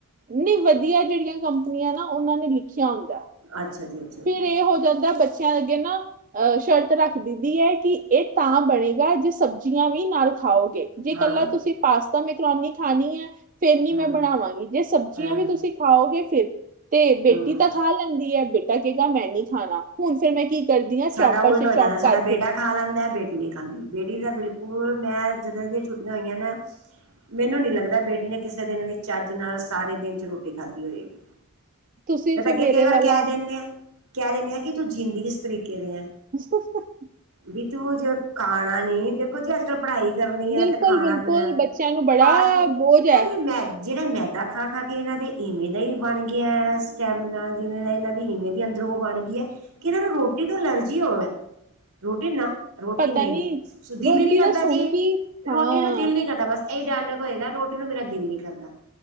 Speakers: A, on the right; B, on the right.
A: ਨਹੀਂ, ਵਧੀਆ ਜਿਹੜੀਆਂ ਕੰਪਨੀਆਂ ਨਾ ਉਹਨਾਂ ਨੇ ਲਿਖਿਆ ਹੁੰਦਾ।
B: ਅੱਛਾ ਜੀ। ਅੱਛਾ ਜੀ
A: ਫਿਰ ਇਹ ਹੋ ਜਾਂਦਾ ਬੱਚਿਆਂ ਅੱਗੇ ਨਾ ਅਹ ਸ਼ਰਤ ਰੱਖ ਦੇਈਦੀ ਹੈ ਕਿ ਇਹ ਤਾਂ ਬਣੇਗਾ ਜੇ ਸਬਜ਼ੀਆਂ ਵੀ ਨਾਲ ਖਾਓਗੇ। ਜੇ
B: ਹਾਂ
A: ਇਕੱਲਾ ਤੁਸੀਂ ਪਾਸਤਾ ਮੈਂ ਮ੍ਹੋਕਰਓਨੀ ਖਾਣੀ ਹੈ ਫੇਰ ਨੀ
B: ਹੂੰ
A: ਮੈਂ ਬਣਾਵਾਂਗੀ, ਜੇ ਸਬਜ਼ੀਆਂ
B: ਹਾਂ
A: ਵੀ ਤੁਸੀਂ ਖਾਓਗੇ ਫਿਰ ਤੇ ਬੇਟੀ
B: ਹੂੰ
A: ਤਾਂ ਖਾ ਲੈਂਦੀ ਹੈ, ਬੇਟਾ ਕੇਹੇਗਾ ਮੈਂ ਨਹੀਂ ਖਾਣਾ ਹੁਣ ਫੇਿਰ ਮੈਂ ਕੀ ਕਰਦੀ ਹਾਂ
B: ਸਾਡਾ
A: ਚੌਪਰ
B: ਉਲਟ
A: ਚ
B: ਹੋ ਜਾਂਦਾ,
A: ਚੌਪ
B: ਸਾਡਾ
A: ਕਰਕੇ
B: ਬੇਟਾ ਖਾ ਲੈਂਦਾ ਬੇਟੀ ਨਹੀਂ, ਹਾਂਜੀ, ਬੇਟੀ ਦਾ ਬਿਲਕੁਲ ਮੈਂ ਜਦੋਂ ਦੀਆਂ ਛੁਟੀਆਂ ਹੋਈਆਂ ਨੇ ਮੈਨੂੰ ਨੀ ਲੱਗਦਾ, ਬੇਟੀ ਨੇ ਕਿਸੇ ਦਿਨ ਵੀ ਚੱਜ ਨਾਲ ਸਾਰੇ ਦਿਨ ਚ ਰੋਟੀ ਖਾਧੀ ਹੋਏਗੀ।
A: <unintelligible>
B: ਮੈਂ
A: ਫਿਰ
B: ਤਾਂ ਅੱਗੇ
A: ਮੇਰੇ
B: ਕਈ ਵਾਰ
A: ਵਾਲਾ
B: ਕਹਿ ਦਿੰਦੇ ਆਾਂ -ਕਹਿ ਦਿੰਦੇ ਆਾਂ ਕਿ ਤੂੰ ਜੀਂਦੀ ਕਿਸ ਤਰੀਕੇ ਦੇ ਆਂ
A: ਨਪੁਸ਼ <unintelligible>
B: ਵੀ ਤੂੰ ਜੇ ਖਾਣਾ ਨੀ ਦੇਖੋ ਜੀ ਅੱਜ ਕੱਲ ਪੜ੍ਹਾਈ ਕਰਨੀ
A: ਬਿਲਕੁਲ
B: ਆ ਤੇ ਖਾਣਾ
A: ਬਿਲਕੁਲ
B: ਪੀਣਾ
A: ਬੱਚਿਆਂ ਨੂੰ ਬੜਾ
B: ਫਾਸਟ ਫੂਡਤਾ
A: ਬੋਝ ਹੈ
B: ਮੈਗੀ ਜਿਹੜੇ ਮੈਦਾ ਖਾ ਖਾ ਕੇ ਇਹਨਾਂ ਦੇ ਇਵੇਂ ਦਾ ਹੀ ਬਣ ਗਿਆ ਸਟੈਮਨਾ, ਜਿਵੇਂ ਇਹਨਾਂ ਦੀ ਇਵੇਜੰ, ਬਣ ਗਈ ਹੈ, ਕਿ ਇਹਨਾਂ ਨੂੰ ਰੋਟੀ ਤੋਂ ਐਲਰਜੀ ਹੋ ਹੈ, ਰੋਟੀ ਨਾ ਰੋਟੀ
A: ਪਤਾ
B: ਨਹੀਂ
A: ਨੀ
B: ਦਿਲ
A: ਰੋਟੀ
B: ਹੀ ਨਹੀਂ ਕਰਦਾ
A: ਦਾ ਸੁਣ
B: ਜੀ,
A: ਕੇ ਹਾਂ
B: ਰੋਟੀ ਨੂੰ ਦਿਲ ਨੀ ਕਰਦਾ ਬਸ। ਇਹ ਡਾਇਲੋਗ ਹੋਏਗਾ ਰੋਟੀ ਨੂੰ ਮੇਰਾ ਦਿਲ ਨੀ ਕਰਦਾ।